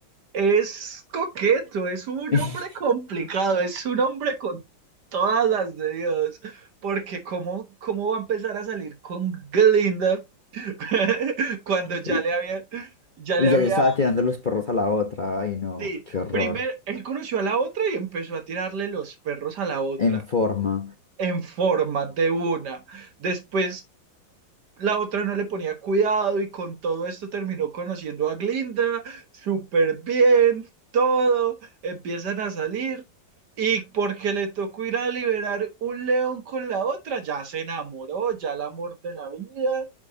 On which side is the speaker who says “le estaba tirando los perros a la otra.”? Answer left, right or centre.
Left